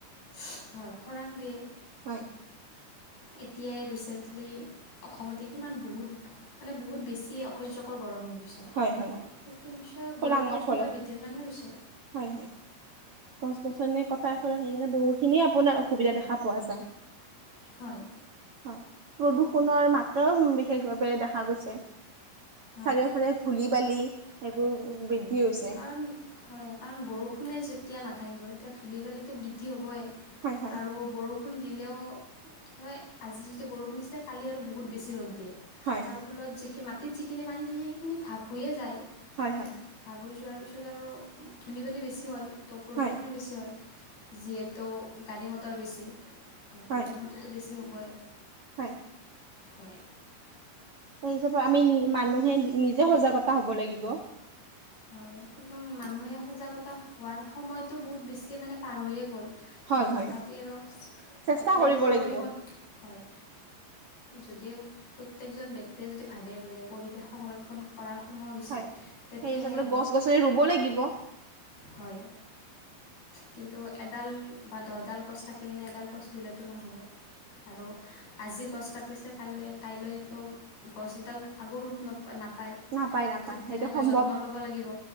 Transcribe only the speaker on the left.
হয় খৰাং দিয়ে।
এতিয়াই ৰিচেণ্টলি অসমতে কিমান বহুত- মানে বহুত বেছিয়ে অসহ্যকৰ গৰম হৈ গৈছে,
সেইটো নিশ্চয়
গোলকীয় উষ্ণতাৰ
বি- সেইটো কাৰণে হৈছে।
হয়।
হয়
কাৰণ হয়, কাৰণ বৰষুণে যেতিয়া নাথাকিব তেতিয়া ধূলি বালিতো বৃদ্ধি হ'বই।
আৰু বৰ- বৰষুণ দিলেও কি হয় আজি যদি বৰষুণ দিছে কালি আৰু বহুত বেছি ৰ'দ দিয়ে।
তাৰ ফলত যিখিন মাটিত যিখিনি পানী থাকে সেইখিনি ভাৱ হৈয়ে যায়।
ভাব যোৱাৰ পিছত আৰু ধূলি বেলি বেছি হয় ত' প্ৰদূষণো
বেছি হয়। যিহেতু গাড়ী মটৰ বেছি ত
প্ৰদূষণটোতো বেছি হ'বই।
হয়।
হয় কিন্তু মানুহে সজাগতা হোৱাৰ সময়টো বহুত বেছি মানে পাৰ হৈয়ে গ'ল
কিন্তু
তথাপি আৰু
অকলেতো
কৰিব হয় যদিও প্ৰত্যেকজন ব্যক্তিয়ে যদি ভাবে বোলে পৰিৱেশ সংৰক্ষণ কৰাৰ সময় হৈছে
তেতিয়াহে
হ'ব
হয় কিন্তু এডাল বা দহডাল গছ কাটি কিনে এডাল গছ ৰুলে নহ'ব আৰু আজি গছ কাটিছে কাললৈ কাইলৈতো গছ এডাল আগৰ ৰূপ নাপায়
ঠিক তেনেকৈ
যত্ন ল'ব লাগিব